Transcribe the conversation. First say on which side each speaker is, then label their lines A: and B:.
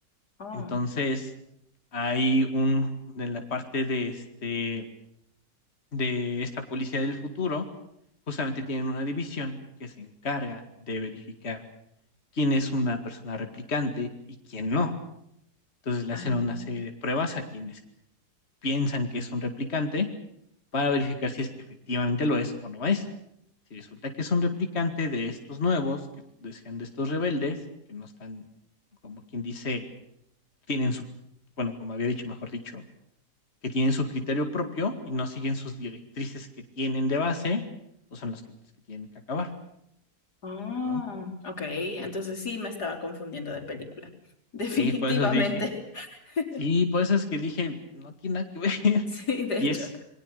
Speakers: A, on the left; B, on the left.
A: Oh.
B: Entonces, hay un, en la parte de este, de esta policía del futuro, justamente tienen una división que se encarga de verificar quién es una persona replicante y quién no. Entonces le
A: Ah.
B: hacen una serie de pruebas a quienes piensan que es un replicante para verificar si es que efectivamente lo es o no es. Si resulta que es un replicante de estos nuevos, que decían de estos rebeldes, que no están, como quien dice, tienen su, bueno, como había dicho, mejor dicho, que tienen su criterio propio y no siguen sus directrices que tienen de base, pues son los que, los que tienen que acabar,
A: Oh,
B: ¿no?
A: ok. Entonces sí me estaba confundiendo de película. Definitivamente.
B: Sí, por eso dije,
A: <laughs>
B: sí, por eso es que dije, no tiene nada que ver. <laughs>
A: Sí, de hecho.
B: Y es,